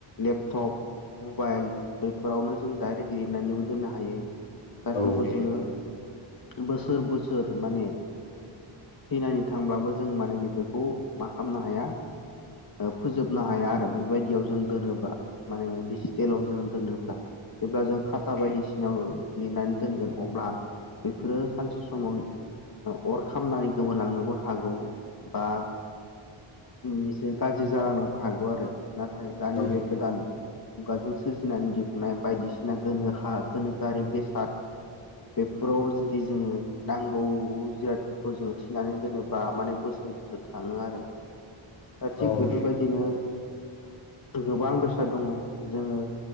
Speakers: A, on the left; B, on the left.
A: लेपटप मबाइल फोरावनो जों डाइरेक्ट लिरनानैबो दोननो हायो जायफोरखौ
B: औ
A: जोङो बोसोर बोसोर माने थैनानै थांब्लाबो जों माने बेफोरखौ मा खालामनो हाया ओ फोजोबनो हाया आरो बेबायदियाव जों दोनोब्ला माने डिजिटेलाव जों दोनो ब्ला जेब्ला जों खाटा बायदिसिनाव लिरनानै दोनगोन अब्ला बेफोरो सानसे समाव अर खामनानै गोमालांनोबो हागौ बा बिसोर गाज्रि जालांनोबो हागौ आरो। नाथाय दानि
B: औ
A: बे गोदान मुगाजों सोरजिनानै दि हुनाय बायदिसिना गोनोहा गोनोखोआरि बेसाद बेफोराव जुदि जोङो नांगौ जिराद फोरखौ जोङो थिनानै दोनोबा माने बोसोर बोसोर थाङो आरो। दा थिग
B: औ
A: बेफोरबायदिनो गोबां बेसाद दङ जोङो